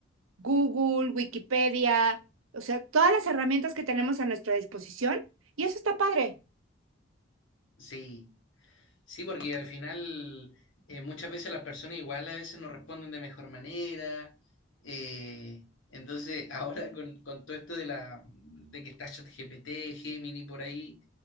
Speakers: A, on the right; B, on the left.
A: Google, Wikipedia, o sea, todas las herramientas que tenemos a nuestra disposición. Y eso está padre.
B: Sí. Sí, porque al final eh, muchas veces las personas igual a veces nos responden de mejor manera. eh, entonces, <laughs> ahora con, con todo esto de la de que está ChatGPT, Gemini por ahí,